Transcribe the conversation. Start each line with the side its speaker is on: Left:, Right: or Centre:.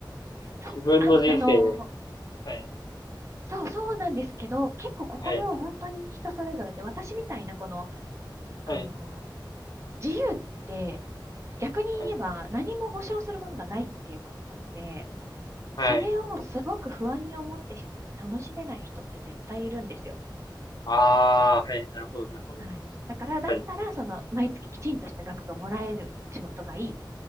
Right: そ、
Left: 自分の人生、
Right: あ、あの、
Left: はい、
Right: そうそうなんですけど、結構ここも本当に人それぞれで、
Left: はい、
Right: 私みたいなこの、あの、
Left: はい、
Right: 自由って逆に言えば何も保証するものがないっていうことなので、
Left: はい、はい。
Right: それをすごく不安に思ってしまって楽しめない人って絶対いるんですよ。
Left: あー、はい、なるほど、なるほど。
Right: はい。だから、だったら、
Left: 確かに。
Right: その、毎月きちんとした額がもらえる仕事がいい。